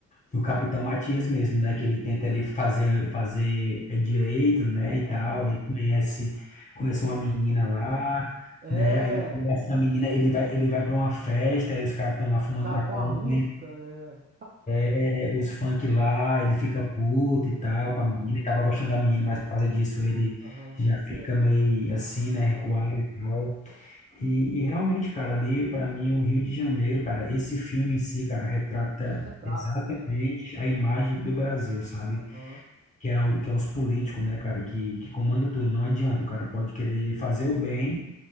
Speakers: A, on the left; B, on the right.
A: do Capitão Matias mesmo, né? Que ele tenta ali fazer fazer é, direito, né, e
B: aham,
A: tal. Aí conhece conhece uma menina
B: aham,
A: lá,
B: É,
A: né? Aí essa menina, ele vai ele vai para uma festa, aí os caras estão lá fumando
B: os caras
A: maconha,
B: põem a música, né?
A: é, os funk lá, ele fica puto e tal
B: aham,
A: com a menina,
B: um-
A: ele tava gostando da menina, mas por causa disso ele
B: aham,
A: já
B: fica,
A: fica meio assim, né,
B: aham,
A: recuado e tal. E, e realmente, cara, ali para mim o Rio de Janeiro, cara, esse filme em si, cara, retrata
B: Ele retrata,
A: exatamente
B: né?
A: a imagem do Brasil, sabe?
B: aham,
A: Que é o que é os políticos, né, cara, que que comanda tudo. Não adianta, o cara pode querer fazer o bem,